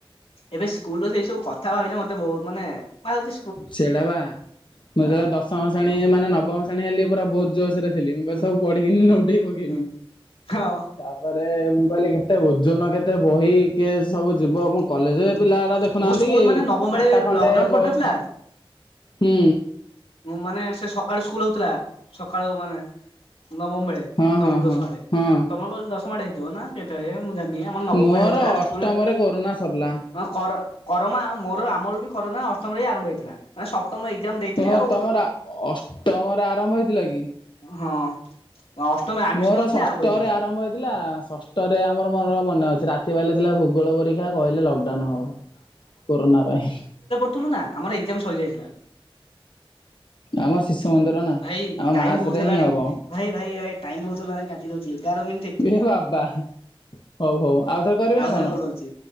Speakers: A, on the left; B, on the left.
A: ଏବେ ସ୍କୁଲର ସେଇ ସବୁକଥା ଭାବିଲେ ମତେ ବହୁତ ମାନେ ଭଛି
B: ସେଇଟା ବା ମୁଁ
A: ହଁ।
B: ଯେତେବେଳେ ଦଶମ ଶ୍ରେଣୀ
A: ଉଁ
B: ମାନେ ନବମ ଶ୍ରେଣୀ ହେଲି ପୁରା ବହୁତ ଜୋସରେ ଥିଲି। ମୁଁ
A: ଉଁ
B: ସବୁ ପଢିକିନି ନଉଟଇ ପକେଇବି।
A: ଉଁ ହଁ
B: ତାପରେ ମୁଁ କହିଲି କେତେ ଓଜନ କେତେ ବହି। କିଏ ସବୁ ଯିବ।
A: ଉଁ
B: ମୁ କଲେଜ
A: ଉଁ
B: ପିଲା ଗୁଡା ଦେଖୁନାହାନ୍ତି
A: ମୁଁ ସ୍କୁଲ
B: କି
A: ମାନେ ନବମ ବେଳେ
B: ଖାତା ଖଣ୍ଡେ ବହି
A: <unintelligible>
B: ହୁଁ
A: ମାନେ ସେ ସକାଳୁ ସ୍କୁଲ ହଉଥିଲା। ସକାଳୁ ମାନେ ନବମ ବେଳେ।
B: ହଁ
A: ନବମ
B: ହଁ
A: ଦଶମ
B: ହଁ
A: ଆଡେ।
B: ହଁ
A: ତମର ଦଶମ ଆଡେ କେତେବେଳେ ମୁଁ ଜାଣିନି। ଆମର ନବମ
B: ମୋର
A: ବେଳେ ହଉଥିଲା
B: ଅଷ୍ଟମରେ
A: ସ୍କୁଲ।
B: କୋରୋନା ସରିଲା।
A: ହ କର କରୋମା ମୋର ଆମର ବି କରୋନା ଅଷ୍ଟମରେ ହିଁ ଆରମ୍ଭ ହେଇଥିଲା। ତମ ଏଗ୍ଜାମ୍ ଦେଇଥିଲି।
B: ଓହୋ
A: ଆଉ
B: ତମର ଅଷ୍ଟମରେ ଆରମ୍ଭ ହେଇଥିଲା କି?
A: ହଁ ହଁ ଅଷ୍ଟମ ଆଡମିସନ
B: ମୋର
A: କରିଥିଲି
B: ଷଷ୍ଠରେ
A: ଆରମ୍ଭ ହେଇଥିଲା।
B: ଆରମ୍ଭ ହେଇଥିଲା। ଷଷ୍ଠ ରେ ଆମର ମନର ମନେ ଅଛି। ରାତି ପାଇଲେ ଥିଲା ଭୂଗୋଳ ପରୀକ୍ଷା। କହିଲେ ଲକଡାଉନ୍ ହେବ। କୋରୋନା ପାଇଁ।
A: ଥିଲୁ ନା ଆମର ଏକ୍ଜାମ ସରିଯାଇଥିଲା।
B: ଆମର ଶିଶୁ ମନ୍ଦିର ନା।
A: ଭାଇ
B: ଆମ
A: ଟାଇମ
B: ମାର୍ଚ୍ଚ
A: ବହୁତ
B: ରେ
A: ହେଲାଣି
B: ହିଁ ହବ।
A: ଭାଇ ଭାଇ ଭାଇ ଟାଇମ ବହୁତ୍ ହେଲାଣି କାଟି ଦଉଛି, ଏଗାର ମିନ
B: ଏ ବାବା, ହଉ ହଉ ଆଉ ଥର କରିବେ ନା
A: ଥରେ
B: କଣ?
A: କଲ୍ କରୁଛି।